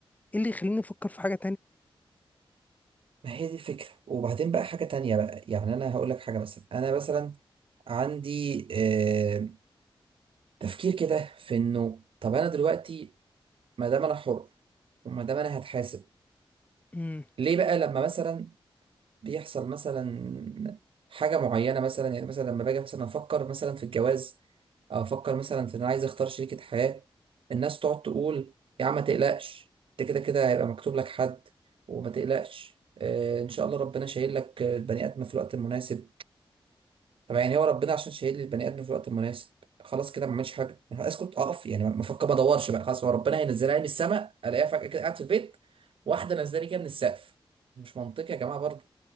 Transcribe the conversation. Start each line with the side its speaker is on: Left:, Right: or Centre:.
Left: ايه اللي يخليني افكر في حاجة
Right: ما هي دي الفكره وبعدين بقى حاجه تانية بقى يعني انا هقول لك حاجه مثلا انا مثلا عندي آه تفكير كده في انه طب انا دلوقتي ما دام انا حر وما دام انا هتحاسب
Left: تانية
Right: ليه بقى لما مثلا بيحصل مثلا حاجة معينة مثلا يعني مثلا لما باجي مثلا أفكر مثلا في الجواز أو أفكر مثلا في إن أنا عايز أختار شريكة حياة الناس تقعد تقول يا عم ما تقلقش أنت كده كده هيبقى مكتوب لك حد وما تقلقش آه، إن شاء الله ربنا شايل لك آه، البني آدم في الوقت المناسب طب يعني هو ربنا عشان شايل لي البني آدم في الوقت المناسب خلاص كده ما اعملش حاجة يعني أسكت أقف يعني ما أفكر ما أدورش بقى خلاص هو ربنا هينزلها لي من السماء ألاقيها فجأة كده قاعد في البيت واحدة نازلة لي كده من السقف مش منطقي يا جماعة برضه